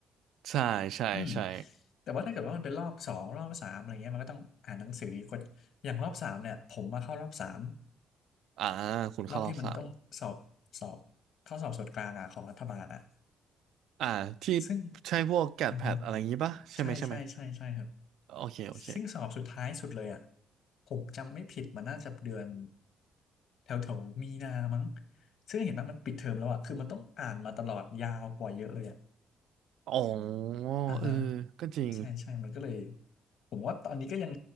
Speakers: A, on the right; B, on the left.
A: ใช่ใช่ใช่
B: อืมแต่ว่าถ้าเกิดว่ามันเป็นรอบสองรอบสามอะไรเงี้ยมันก็ต้องอ่านหนังสืออีกคนอย่างรอบสามเนี่ยผมมาเข้ารอบสาม
A: อ่าคุณเข้ารอบสาม
B: รอบที่มันต้องสอบสอบข้อสอบส่วนกลางอะของรัฐบาลอะ
A: อ่าที่
B: ซึ่ง
A: ใช่พวกแกดแพดอะไรอย่างงี้ปะใช่ไหมใช่ไหม
B: อือฮึใช่ใช่ใช่ใช่ครับ
A: โอเคโอเค
B: ซึ่งสอบสุดท้ายสุดเลยอะผมจำไม่ผิดมันน่าจะเดือนแถวแถวมีนามั้งซึ่งเห็นว่ามันปิดเทอมแล้วอะคือมันต้องอ่านมาตลอดยาวกว่าเยอะเลยอะ
A: อ๋อ
B: อ่าฮะ
A: เออก็จริง
B: ใช่ใช่มันก็เลยผมว่าตอนนี้ก็ยัง